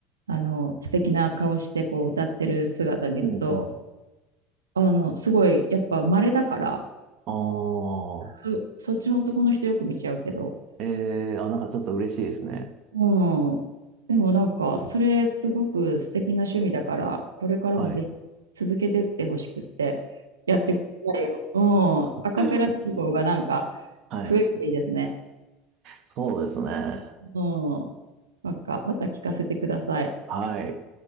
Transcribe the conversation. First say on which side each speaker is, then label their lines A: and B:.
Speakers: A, on the right (about 85°); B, on the right (about 50°).
A: あの素敵な顔してこう歌ってる姿見ると
B: うんうん。
A: あのすごいやっぱ稀だから
B: ああ、
A: そ、そっちの男の人よく見ちゃうけど。
B: ええーあ、なんかちょっと嬉しいですね。
A: うん。でもなんか、それすごく素敵な趣味だから、これからもぜひ続けてってほしくって、
B: はい。
A: やってくださいよ。うん。アカペラ人口がなんか
B: はい。
A: 増えるといいですね。
B: そうですね。
A: うん。なんか、また聞かせてください。
B: はい。